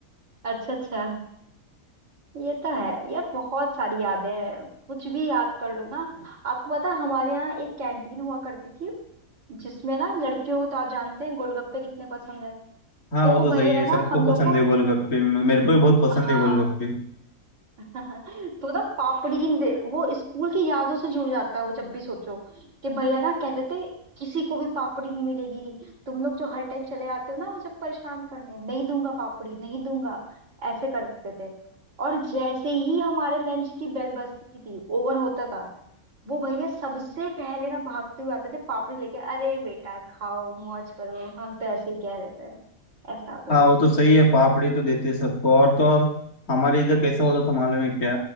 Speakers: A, on the right; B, on the left.
A: अच्छा अच्छा ये तो है यार बहुत सारी यादें हैं कुछ भी याद कर लो ना आपको पता है, हमारे यहाँ एक कैंटीन हुआ करती थी जिसमें ना लड़कियों को तो आप जानते हैं गोलगप्पे कितने पसंद है
B: हाँ
A: तो
B: वो
A: वो
B: तो सही
A: भैया
B: है
A: ना
B: सबको
A: हम
B: पसंद
A: लोग को
B: है गोलगप्पे मेरे को भी बहुत पसंद
A: हाँ
B: है गोलगप्पे
A: <laughs> तो ना पापड़ी दे- वो स्कूल की यादों से जुड़ जाता है वो जब भी सोचो कि भैया ना कहते थे किसी को भी पापड़ी नहीं मिलेगी तुम लोग जो हर टाइम चले आते हो ना मुझे परेशान करने नहीं दूंगा पापड़ी नहीं दूंगा ऐसे करते थे और जैसे ही हमारे लंच की बेल बजती थी ओवर होता था वो भैया सबसे पहले ना भागते हुए आते थे पापड़ी लेके अरे बेटा खाओ मौज करो हम तो ऐसे ही कह देते हैं ऐसा होता
B: हाँ
A: था
B: वो तो सही है पापड़ी तो देते हैं सबको और तो और हमारे इधर कैसा होता था मालूम है क्या